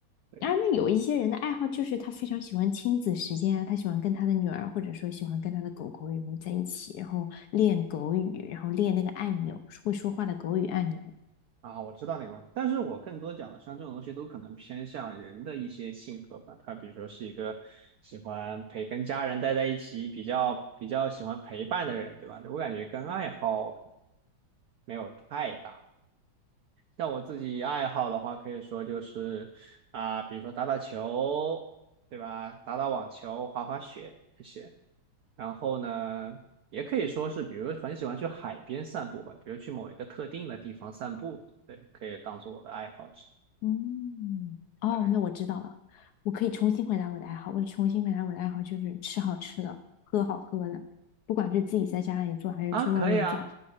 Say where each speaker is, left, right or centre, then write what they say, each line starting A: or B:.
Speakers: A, on the right (about 65°); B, on the left (about 75°).
A: 对
B: 啊，那有一些人的爱好就是他非常喜欢亲子时间啊，他喜欢跟他的女儿，或者说喜欢跟他的狗狗然后在一起，然后练狗语，然后练那个按钮，会说话的狗语按钮。
A: 啊，我知道那个问题，但是我更多讲的像这种东西都可能偏向人的一些性格吧，他比如说是一个喜欢陪跟家人待在一起，比较比较喜欢陪伴的人，对吧？我感觉跟爱好没有太大。像我自己爱好的话，可以说就是啊、比如说打打球，对吧？打打网球、滑滑雪这些。然后呢，也可以说是，比如很喜欢去海边散步吧，比如去某一个特定的地方散步，对，可以当做我的爱好之一
B: 嗯，哦，
A: 对
B: 那我知道了，我可以重新回答我的爱好。我重新回答我的爱好就是吃好吃的，喝好喝的，不管是自己在家里做还是去外面造，
A: 啊，可以啊，